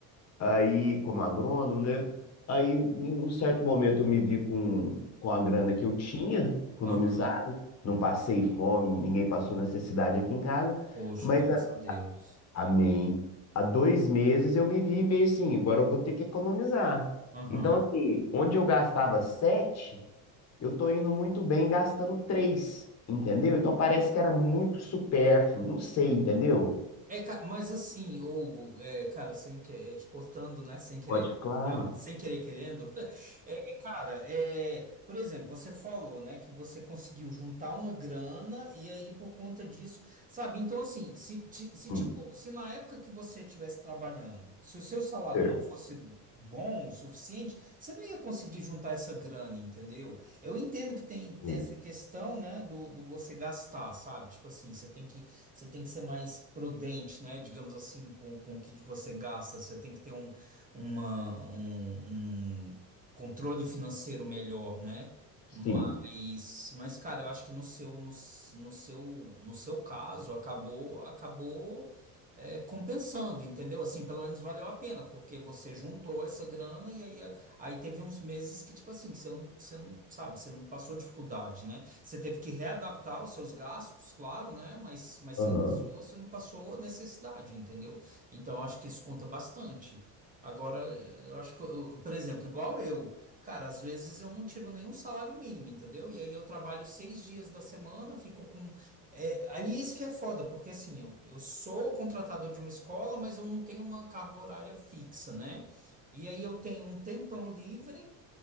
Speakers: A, on the left (about 40°); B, on the right (about 20°).
A: aí como agrônomo, né? Aí, em um certo momento, eu me vi com, com a grana que eu tinha economizado.
B: aham.
A: Não passei fome, ninguém passou necessidade aqui em casa.
B: Poxa,
A: Mas
B: graças a Deus.
A: Amém. Há dois meses eu me vi meio assim, agora eu vou ter que economizar.
B: Aham.
A: Então, assim, onde eu gastava sete, eu tô indo muito bem gastando três, entendeu? Então parece que era muito supérfluo, não sei, entendeu?
B: É, ca- mas assim, Hugo, é, cara, sem que, é, te cortando, né? Sem querer
A: Pode,
B: te
A: claro.
B: cortar, sem querer querendo. <laughs> É, cara, é, por exemplo, você falou, né, que você conseguiu juntar uma grana e aí por conta disso, sabe? Então, assim, se, ti- se
A: Hum,
B: tipo, se na época que você estivesse trabalhando, se o seu salário
A: certo.
B: não fosse bom o suficiente, você não ia conseguir juntar essa grana, entendeu? Eu entendo que tem, tem
A: Hum,
B: essa questão, né, do, do você gastar, sabe? Tipo assim, você tem que você tem que ser mais prudente, né? Digamos assim, com, com o que que você gasta. Você tem que ter um, uma, um, um controle financeiro melhor, né? Mas,
A: Sim.
B: mas, cara, eu acho que no seu, no, s- no seu, no seu caso, acabou, acabou é, compensando, entendeu? Assim, pelo menos valeu a pena, porque você juntou essa grana e aí, aí teve uns meses que, tipo assim, que você não, você não sabe, você não passou dificuldade, né? Você teve que readaptar os seus gastos, claro, né? Mas, mas
A: Aham.
B: você não passou, você não passou necessidade, entendeu? Então, eu acho que isso conta bastante. Agora, eu acho que, eu- eu- por exemplo, igual eu, cara, às vezes eu não tiro nenhum salário mínimo, entendeu? E aí eu trabalho seis dias da semana, fico com. É, aí isso que é foda, porque assim, eu, eu sou contratador de uma escola, mas eu não tenho uma carga horária fixa, né? E aí eu tenho um tempão livre.